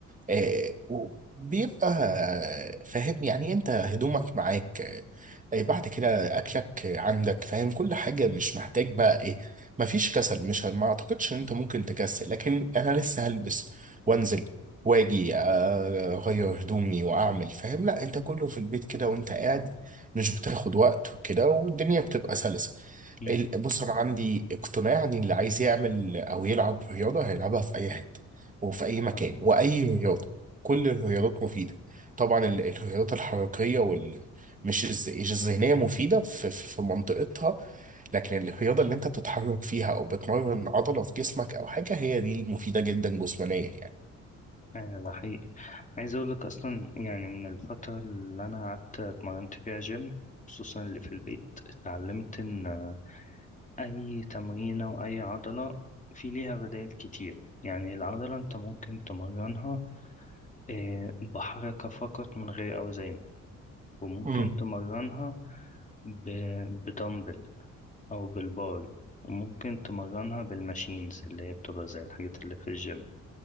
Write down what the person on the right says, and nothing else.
آه، وبيبقى آه، فاهم يعني إيه انت هدومك معاك آه، إيه بعد كده اكلك آه، عندك فاهم كل حاجه مش محتاج بقى ايه مفيش كسل مش ما اعتقدش ان انت ممكن تكسل لكن انا لسه هلبس وانزل واجي آه، اغير هدومي واعمل فاهم لا انت كله في البيت كده وانت قاعد مش بتاخد وقت وكده والدنيا بتبقى سلسه
ال- بص انا عندي اقتناع ان اللي عايز يعمل او يلعب رياضه هيلعبها في اي حته وفي أي مكان
وأي رياضة كل الرياضات مفيدة طبعا ال- الرياضات الحركية وال مش الز- مش الذهنية مفيدة في, في في منطقتها لكن الرياضة اللي أنت بتتحرك فيها أو بتمرن عضلة في جسمك أو حاجة هي دي المفيدة جدا جسمانيا يعني
امم